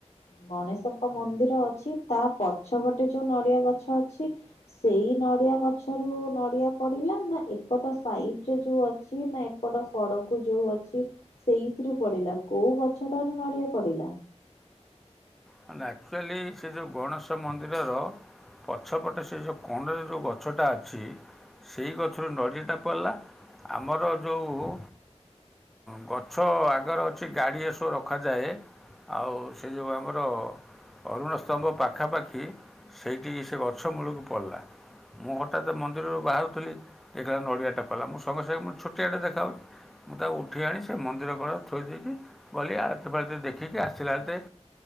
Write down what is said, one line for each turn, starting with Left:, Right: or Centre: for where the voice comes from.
Left: ଗଣେଶଙ୍କ ମନ୍ଦିର ଅଛି, ତା ପଛପଟେ ଯୋଉ ନଡିଆ ଗଛ ଅଛି। ସେଇ ନଡ଼ିଆ ଗଛରୁ ନଡ଼ିଆ ପଡିଲା। ନା ଏପଟ ସାଇଡ ରେ ଯୋଉଅ ଅଛି ନା ଏପଟ କଡ଼କୁ। କୁ ଯୋଉ ଅଛି ସେଇଥିରୁ ପଡିଲା କୋଉ ଗଛଟାରୁ ନଡିଆ ପଡିଲା।
Centre: ମାନେ ଆକ୍ଚୁଆଲି ସେ ଯେଉଁ ଗଣେଶ ମନ୍ଦିରର ପଛପଟେ ସେ ଯେଉଁ କୋଣରେ ଯୋଉ ଗଛଟା ଅଛି ସେଇ ଗଛରୁ ନଡିଆଟା ପଡ଼ିଲା ଆମର ଯୋଉ ଗଛ ଆଗରେ ଅଛି ଗାଡ଼ି ଏସବୁ ରଖାଯାଏ। ଆଉ ସେ ଯୋଉ ଆମର ଅରୁଣ ସ୍ତମ୍ଭ ପାଖାପାଖି ସେଇଠି ସେ ଗଛ ମୂଳକୁ ପଡ଼ିଲା। ମୁଁ ହଠାତ୍ ମନ୍ଦିରରୁ ବାହାରୁଥିଲି ଦେଖିଲାବେଳକୁ ନଡ଼ିଆଟା ପଇଲା ମୁଁ ସଙ୍ଗେ ସଙ୍ଗେ ମତେ ଛୋଟିଆଟେ ଦେଖାଯାଉଛି। ମୁଁ ତାକୁ ଉଠେଇ ଆଣି ସେ ମନ୍ଦିର କଡରେ ଥୋଇ ଦେଇକି, ଗଲି ଆଳତୀ ଫାଳତୀ ଦେଖିକି ଆସିଲା ହାତେ